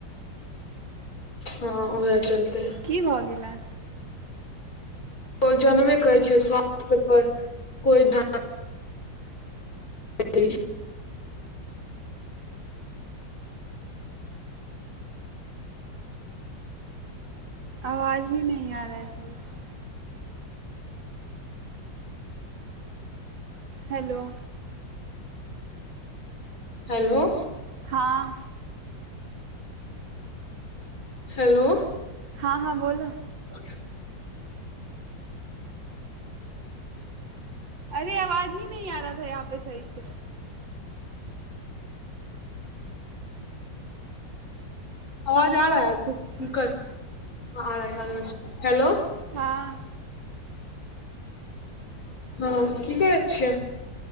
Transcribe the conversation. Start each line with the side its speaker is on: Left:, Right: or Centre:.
Left: हँ उएहे चलते।
Right: की भऽ गेल ए?
Left: ओ जनबे
Right: अच्छा
Left: करै छै स्वास्थ्य पर कोई धान। नै दै छै।
Right: आवाज ही नहीं आ रहा है सही से। हेलो
Left: हेलो
Right: हाँ
Left: छेलो
Right: हाँ हाँ बोलो
Left: भऽ गेल।
Right: अरे आवाजे नै आबै या एतऽ सही से।
Left: आवाज
Right: आ
Left: आबै
Right: रहा
Left: या
Right: तू
Left: है आबै
Right: ठीक कर
Left: या कान में लगालिअ हेलो
Right: हाँ
Left: हँ की करै छियै?